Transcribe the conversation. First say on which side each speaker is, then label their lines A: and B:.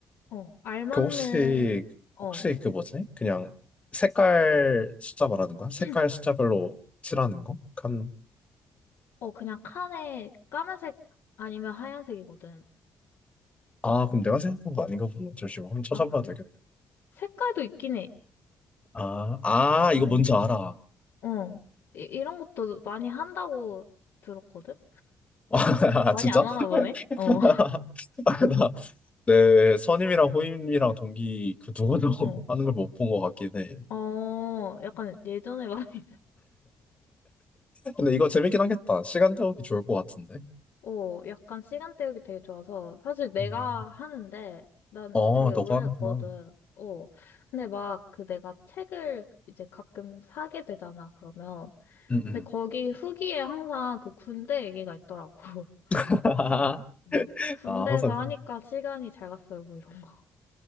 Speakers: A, on the left; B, on the left.
A: 어, 알맞는,
B: 그 혹시,
A: 어,
B: 혹시 그 뭐지? 그냥 색깔 숫자 말하는 거야? 색깔
A: <clears throat>
B: 숫자별로 칠하는 거? 칸.
A: 어, 그냥 칸에 까만색 아니면 하얀색이거든.
B: 아, 그럼 내가 생각한 거 아닌가 보네. 잠시만, 한번 찾아봐야
A: 아, 그,
B: 되겠다.
A: 색깔도 있긴 해.
B: 아, 아,
A: 어,
B: 이거 뭔지 알아.
A: 어. 이, 이런 것도 많이 한다고 들었거든?
B: <laughs> 아,
A: 많이
B: 진짜?
A: 안 하나
B: <laughs>
A: 보네? 어,
B: 아, 나, 내 선임이랑 호임이랑 동기 그 누구도 <laughs>
A: 어.
B: 하는 걸 못 본 것 같긴 해.
A: 어, 약간 예전에 많이, <laughs>
B: 근데 이거 재밌긴 하겠다. 시간 때우기 좋을 것 같은데.
A: 어, 약간 시간 때우기 되게 좋아서. 사실 내가
B: 음.
A: 하는데, 난
B: 어,
A: 되게
B: 너가
A: 오래됐거든.
B: 하는구나.
A: 어. 근데 막 그 내가 책을 이제 가끔 사게 되잖아, 그러면.
B: 음, 음.
A: 근데 거기 후기에 항상 그 군대 얘기가 있더라고. <laughs>
B: <laughs>
A: 어. 군대에서
B: 아, 항상
A: 하니까 시간이 잘 갔어요, 뭐 이런 거.